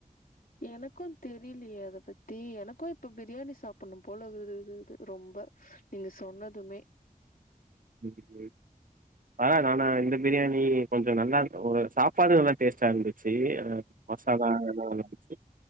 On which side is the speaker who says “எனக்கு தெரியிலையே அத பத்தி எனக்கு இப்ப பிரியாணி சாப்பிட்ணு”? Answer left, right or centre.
Left